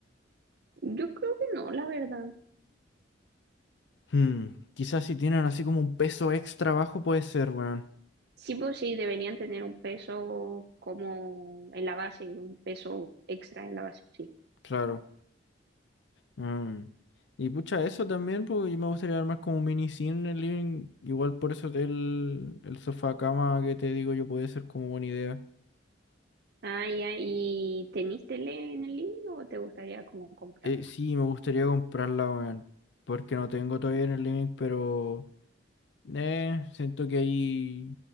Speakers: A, on the right; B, on the left.
A: Yo creo que no, la verdad.
B: Hmm, Quizás si tienen así como un peso extra bajo puede ser, weón.
A: Sí, pues sí, deberían tener un peso como en la base, un peso extra en la base, sí.
B: Claro. Mm. Y pucha, eso también, pues yo me gustaría armar como un mini cine en el living. Igual por eso el, el sofá cama que te digo yo puede ser como buena idea.
A: Ah, ya, ¿y tenís tele en el libro o te gustaría como comprarla?
B: Eh, sí, me gustaría comprarla, weón. Porque no tengo todavía en el link, pero eh, siento que ahí